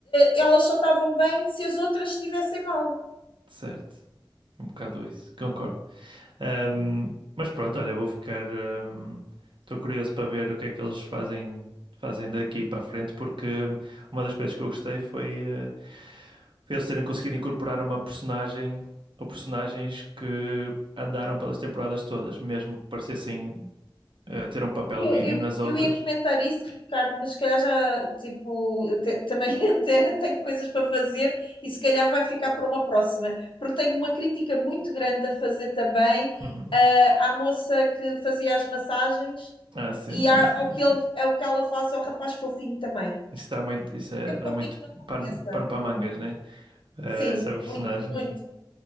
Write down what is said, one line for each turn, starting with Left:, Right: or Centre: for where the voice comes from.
Left: elas só estavam bem se as outras estivessem mal.
Right: Certo. Um bocado isso. Concordo. Ahm, mas pronto, olha, vou ficar. ahm, Estou curioso para ver o que é que eles fazem, fazem daqui para a frente, porque uma das coisas que eu gostei foi, eh, foi eles terem conseguido incorporar uma personagem ou personagens que andaram pelas temporadas todas, mesmo que parecessem eh, ter um papel
Left: Eu,
Right: mínimo
Left: eu,
Right: nas outras.
Left: eu ia comentar isso, Ricardo, mas se calhar já, tipo, eu te- também <laughs> te- tenho coisas para fazer e se calhar vai ficar para uma próxima, porque tenho uma crítica muito grande a fazer também,
Right: Uhum.
Left: ah, à moça que fazia as massagens
Right: Ah, sim,
Left: e
Right: sim,
Left: à-
Right: sim,
Left: ao que
Right: sim.
Left: ele, ao que ela faz ao rapaz fofinho também.
Right: Isso dá muito, isso é,
Left: É
Right: dá
Left: fofinho
Right: muito
Left: não compensa.
Right: pano, pano para mangas, né? Eh,
Left: Sim,
Right: essa personagem.
Left: muito, muito.